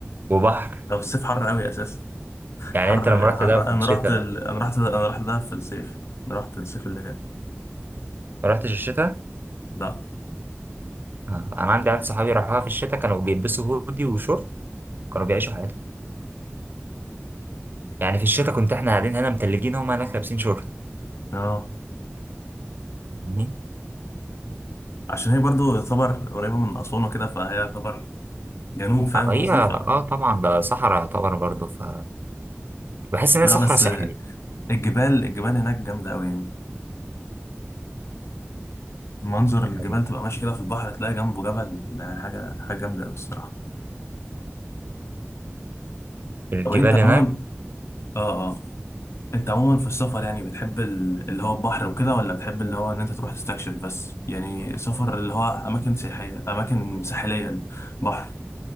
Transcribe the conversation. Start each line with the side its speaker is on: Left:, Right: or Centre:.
Right: وبحر
Left: هو في الصيف حر قوي اساسا
Right: يعني
Left: حر
Right: أنت لما رحت
Left: حر
Right: دهب
Left: انا
Right: في الشتاء
Left: رحت ال... انا رحت انا رحت دهب في الصيف انا رحت الصيف اللي فات
Right: ما رحتش الشتاء
Left: لا <laughs>
Right: آه. أنا عندي عيال صحابي راحوها في الشتاء كانوا بيلبسوا هودي وشورت كانوا بيعيشوا حياتهم يعني في الشتاء كنت إحنا قاعدين هنا متلجين هم هناك لابسين شورت
Left: اه
Right: فاهمني؟
Left: عشان هي برضو تعتبر قريبه من اسوان وكده فهي تعتبر جنوب فاهم
Right: آه، هي
Left: قصدي
Right: اه
Left: ف
Right: طبعا ده صحراء يعتبر برضه ف بحس ان
Left: لا
Right: هي صحراء
Left: بس
Right: ساحلية
Left: الجبال الجبال هناك جامده قوي يعني منظر الجبال
Right: يعني
Left: تبقى ماشي كده في البحر تلاقي جنبه جبل يعني حاجه حاجه جامده قوي الصراحه
Right: الجبال
Left: طب انت
Right: هناك
Left: عموما اه آه. انت عموما في السفر يعني بتحب ال- اللي هو البحر وكده ولا بتحب اللي هو ان انت تروح تستكشف بس يعني سفر اللي هو اماكن سياحية اماكن ساحلية بحر